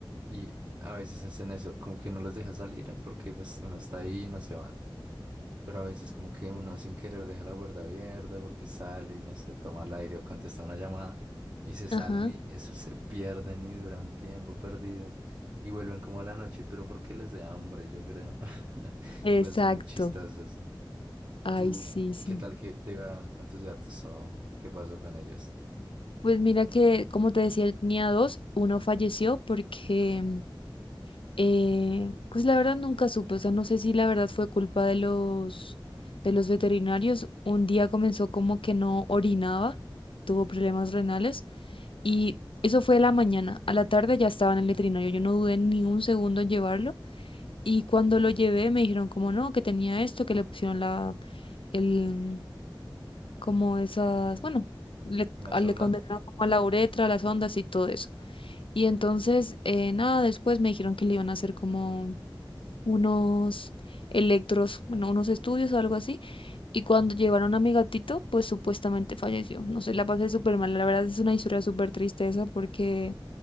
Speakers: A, on the right; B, on the left.
A: Y a veces hacen eso, como que no los deja salir porque pues uno está ahí y no se van. Pero a veces como que uno sin querer deja la puerta abierta porque sale y no se toma el aire o contesta una llamada y se
B: Ajá.
A: salen y eso se pierden y duran un tiempo perdidos y vuelven como a la noche, pero porque les da hambre, yo creo. <laughs>
B: Exacto.
A: Igual son muy chistosos.
B: Ay,
A: ¿Tú
B: sí, sí.
A: qué tal que te va con tus gatos o qué pasó con ellos?
B: Pues mira que, como te decía, yo tenía dos, uno falleció porque, mm, eh, pues la verdad nunca supe, o sea, no sé si la verdad fue culpa de los, de los veterinarios. Un día comenzó como que no orinaba, tuvo problemas renales. Y eso fue la mañana. A la tarde ya estaba en el veterinario. Yo no dudé ni un segundo en llevarlo. Y cuando lo llevé me dijeron como no, que tenía esto, que le pusieron la, el, como esas, bueno, le,
A: ¿Una
B: a-
A: sonda?
B: le condenaron como a la uretra, las ondas y todo eso. Y entonces, eh, nada, después me dijeron que le iban a hacer como unos electros, bueno, unos estudios o algo así. Y cuando llevaron a mi gatito, pues supuestamente falleció. No sé, la pasé súper mal. La verdad es una historia súper triste esa porque